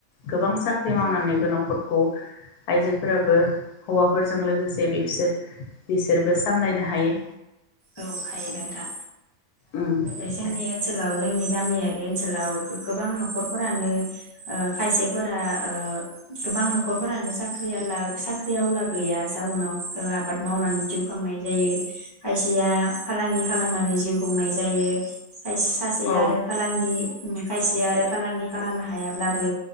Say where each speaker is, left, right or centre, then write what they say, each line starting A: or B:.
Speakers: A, on the left; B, on the left.
A: गोबांस साख्रि मावनानैबो न'खरखौ आइजोफोराबो हौवाफोरजों लोगोसे बिसोर बिसोरबो सामलायनो हायो
B: औ हायो नोंथां
A: उम
B: ओ जोंनि
A: औ
B: ओनसोलाव जोंनि गामियारि ओनसोलाव गो गोबां न'खरफोरानो ओ खायसेफोरा ओ गोबां न'खरफोरानो साख्रियाला साख्रि आवला गैया जाउनाव आबाद मावनानै जिउ खांनाय जायो खायसेया फालांगि खालामना नै जिउ खुंनाय जायो साय सासे
A: औ
B: आरो फालांगि ओम खायसेया आरो फालांगि खालामनो हायाब्लाबो